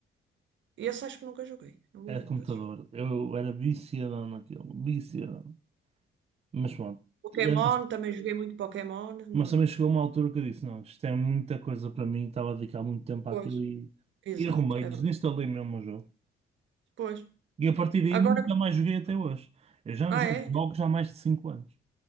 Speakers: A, on the right; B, on the right.
A: Esse acho que nunca joguei, não me
B: Era
A: lembro
B: de computador.
A: desse jogo.
B: Eu era viciadão naquilo. Viciadão. Mas pronto.
A: Pokémon,
B: É,
A: também joguei muito Pokémon. No...
B: Mas também chegou uma altura que eu disse: não, isto é muita coisa para mim. Estava a dedicar muito tempo àquilo
A: Pois.
B: e,
A: Exato,
B: e arrumei,
A: é
B: desinstalei
A: verdade.
B: mesmo o jogo.
A: Pois.
B: E a partir daí
A: Agora,
B: nunca mais joguei até hoje. Eu já
A: ah
B: não jogo
A: é?
B: jogos há mais de cinco anos.